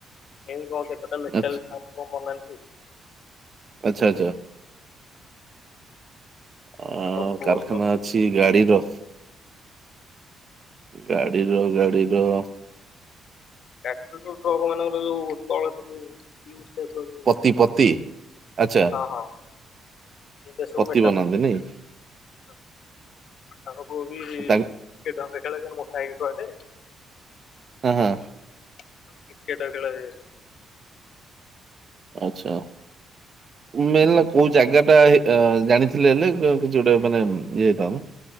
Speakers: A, on the left; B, on the right.
A: ଏମିତି କଣ କେତେଟା ମେଟାଲ
B: ଆଚ୍ଛା
A: କଣ ବନାନ୍ତି
B: ଆଚ୍ଛା ଆଚ୍ଛା ଅ
A: ତାଙ୍କ ପୁଅର
B: କାରଖାନା ଅଛି ଗାଡିର ଗାଡିର ଗାଡିର
A: ଗାଡ଼ିର ଯୋଉ ଟ୍ରକ ମାନଙ୍କର ଯୋଉ <unintelligible> ୟୁ ସେଫର ଯୋଉ।
B: ପତି ପତି ଆଚ୍ଛା
A: ହଁ ହଁ <inaudible>
B: ପତି ବନାନ୍ତି ନାଇଁ
A: <inaudible> ମୋଟା ହେଇକି
B: ତାଙ୍କ
A: ଲୁହାଟେ
B: ହୁଁ ହୁଁ।
A: ହଁ କ୍ରିକେଟ ଖେଳ ସବୁ
B: ଆଚ୍ଛା ମେନ ହେଲା କୋଉ ଜାଗା ଟା ଜାଣିଥିଲେ ହେଲେ କିଛି ଗୋଟେ ମାନେ ଇଏ ହେଇଥାନ